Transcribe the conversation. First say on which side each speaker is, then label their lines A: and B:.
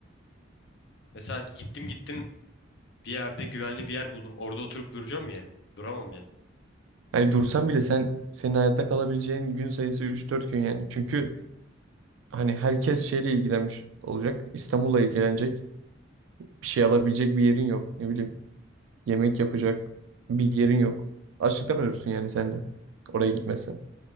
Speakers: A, on the left; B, on the right.
A: Mesela gittim gittim bir yerde güvenli bir yer buldum. Orada oturup duracağım mı yani? Duramam yani.
B: Hani dursan bile sen senin hayatta kalabileceğin gün sayısı üç dört gün yani. Çünkü hani herkes şeyle ilgilenmiş olacak. İstanbul'la ilgilenecek. Bir şey alabilecek bir yerin yok. Ne bileyim. Yemek yapacak bir yerin yok. Açlıktan ölürsün yani sen de. Oraya gitmezsen.